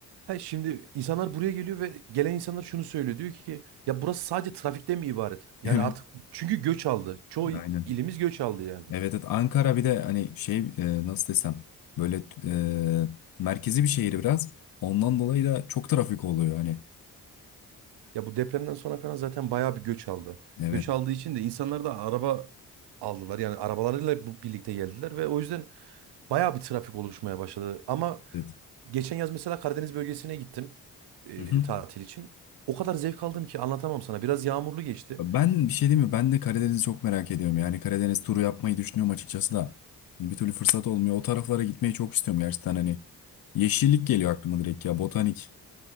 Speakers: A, on the right; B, on the left.
A: Ha şimdi insanlar buraya geliyor ve gelen insanlar şunu söylüyor. Diyor ki ya burası sadece trafikten mi ibaret? Yani
B: <laughs> Evet
A: artık çünkü göç aldı. Çoğu
B: aynen.
A: ilimiz göç aldı yani.
B: Evet evet Ankara bir de hani şey e, nasıl desem böyle e, merkezi bir şehir biraz ondan dolayı da çok trafik oluyor hani.
A: Ya bu depremden sonra falan zaten bayağı bir göç aldı.
B: Evet
A: Göç aldığı için de insanlar da araba aldılar. Yani arabalarıyla bu- birlikte geldiler ve o yüzden bayağı bir trafik oluşmaya başladı. Ama
B: evet.
A: geçen yaz mesela Karadeniz bölgesine gittim e,
B: Hı hı.
A: tatil için. O kadar zevk aldım ki anlatamam sana. Biraz yağmurlu geçti.
B: Ben bir şey diyeyim mi? Ben de Karadeniz'i çok merak ediyorum. Yani Karadeniz turu yapmayı düşünüyorum açıkçası da. Hani Bir türlü fırsat olmuyor. O taraflara gitmeyi çok istiyorum gerçekten hani. Yeşillik geliyor aklıma direkt ya. Botanik.